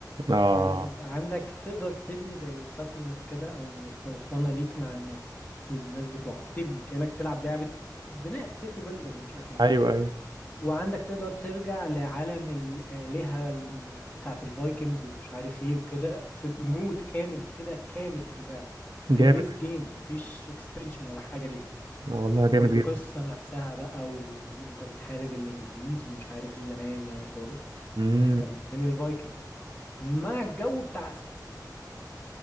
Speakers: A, on the right (about 75°); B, on the left (about 20°).
A: اه
B: يعني انت عندك تقدر تبني زي ساتلمنت كده او مستوطنة ليك مع الناس الناس بتوعك تبني كأنك تلعب لعبة بناء سيتي بيلدر ومش عارف ايه
A: ايوه ايوه
B: وعندك تقدر ترجع لعالم الآلهة ال- بتاعت الفايكنجز ومش عارف ايه وكده في مود كامل كده كامل في اللعبة
A: جامد
B: في البيس جيم مفيش اكستنشن ولا حاجة ليها
A: اه والله جامد
B: والقصة
A: جدا
B: نفسها بقى وال... انت بتحارب الانجليز ومش عارف ايه زمان يعني خالص
A: مم.
B: انت من الفايكنج مع الجو بتاع